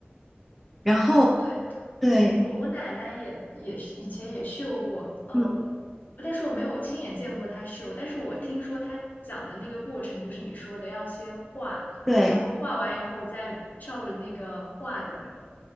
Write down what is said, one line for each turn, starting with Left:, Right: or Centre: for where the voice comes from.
Centre: 然后
Left: 哦，对，
Centre: 对，
Left: 我我奶奶也也是以前也绣过，呃，
Centre: 嗯，
Left: 我但是我没有亲眼见过她绣，但是我听说她讲的那个过程，就是你说的要先画，
Centre: 对，
Left: 然后画完以后再照着那个画的那个